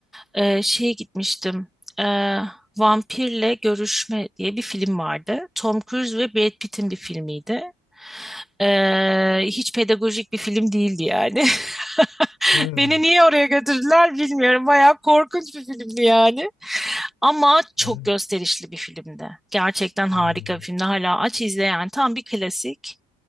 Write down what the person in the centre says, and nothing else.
Ee, şeye gitmiştim. Ee, Vampirle Görüşme diye bir film vardı. Tom Cruise ve Brad Pitt'in bir filmiydi. Ee, hiç pedagojik bir film değildi yani. <laughs>
Beni niye oraya götürdüler bilmiyorum. Bayağı korkunç bir filmdi yani. Ama çok
gösterişli bir filmdi. Gerçekten harika
bir filmdi. Hala aç izle yani. Tam bir klasik.